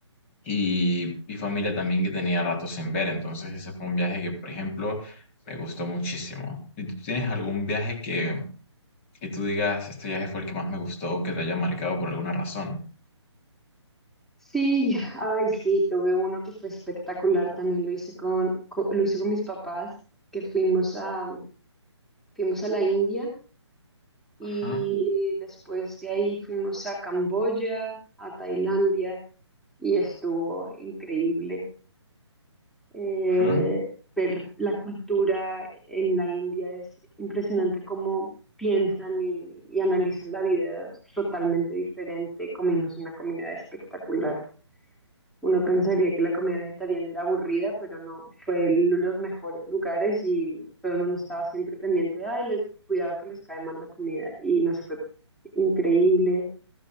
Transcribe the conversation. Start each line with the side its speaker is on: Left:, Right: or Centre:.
Left: Y mi familia también que tenía rato sin ver, entonces ese fue un viaje que, por ejemplo, me gustó muchísimo. ¿Y tú tienes algún viaje que y tú digas, este viaje fue el que más me gustó o que te haya marcado por alguna razón.
Centre: Sí, ay, sí, tuve uno que fue espectacular. También lo hice con, co- lo hice con mis papás, que fuimos a, fuimos a la India y
Left: Ajá,
Centre: después de ahí fuimos a Camboya, a Tailandia y estuvo increíble. eh,
Left: ajá,
Centre: ver la cultura en la India es impresionante cómo piensan y, y analizan la vida totalmente diferente. Comimos una comida espectacular. Uno pensaría que la comida vegetariana era aburrida, pero no, fue uno de los mejores lugares y todo el mundo estaba siempre pendiente, de, ay, les, cuidado que les cae mal la comida y nos fue increíble.